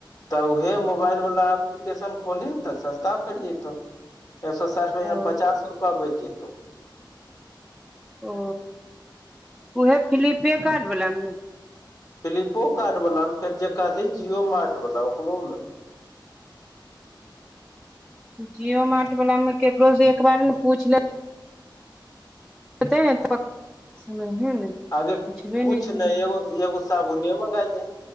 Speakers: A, on the left; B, in the centre.
A: तऽ उहे मोबाइल वालला एप्लीकेशन खोलही नऽ तऽ सस्ता पड़ि जतौ एक सए साठि रुपया
B: ओ
A: मऽ पचास रुपआ बच जेतौ
B: ओ ओहे फलिपे कार्ट वला मऽ नऽ
A: फ्लिपो कार्ट वाला मे फेर जे कहले जिो मार्ट वाला ओकरो मऽ
B: जियो मार्ट वाला मे केकरो से एक बार नऽ पूछले <unintelligible>
A: आगे
B: पुछबे
A: कुछ
B: करै
A: नहि एगो एगो साबुने मंगा ले